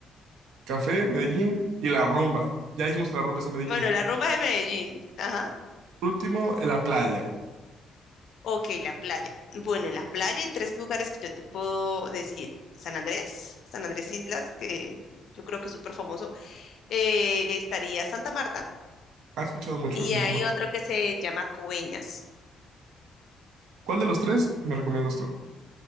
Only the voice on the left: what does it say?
Bueno, la
rumba de Medellín. Ajá.
Ok, la playa. Bueno, en la playa hay tres lugares que yo te puedo decir. San Andrés, San Andrés Islas, que yo creo que es súper famoso. Eh, estaría Santa Marta
y
hay
otro que se llama Coveñas.